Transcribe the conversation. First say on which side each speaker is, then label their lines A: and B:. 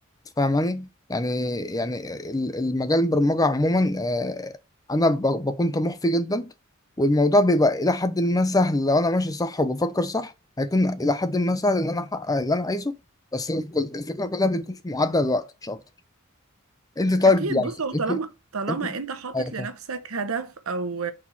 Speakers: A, on the left (about 15°); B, on the right (about 80°).
A: فاهماني يعني يعني ال- المجال البرمجة عموما آه، أنا ب- بكون طموح فيه جدا والموضوع بيبقى إلى حد ما سهل لو أنا ماشي صح وبفكر صح هيكون إلى حد ما سهل إن أنا أحقق اللي أنا عايزه بس الكل- الفكرة كلها بتكون في معدل الوقت مش أكتر أنت طيب
B: اكيد
A: يعني
B: بص هو طالما
A: أنت
B: طالما
A: أنت
B: انت حاطط
A: أيوة
B: لنفسك هدف او